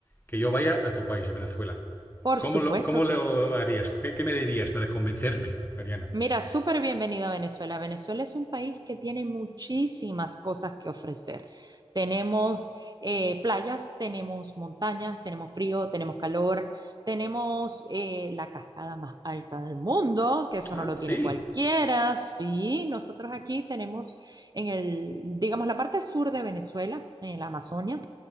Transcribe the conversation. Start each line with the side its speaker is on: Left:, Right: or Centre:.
Left: que yo vaya a tu país, a Venezuela.
Right: por
Left: ¿Cómo
Right: supuesto
Left: lo, cómo lo
Right: que sí.
Left: harías? ¿Qué, qué me dirías para convencerme, Mariana?
Right: Mira, súper bienvenido a Venezuela. Venezuela es un país que tiene muchísimas cosas que ofrecer. Tenemos eh, playas, tenemos montañas, tenemos frío, tenemos calor, tenemos eh, la cascada más alta del mundo, que eso
Left: Ah,
Right: no lo
Left: sí.
Right: tiene cualquiera. Sí, nosotros aquí tenemos en el, digamos, la parte sur de Venezuela, en la Amazonia.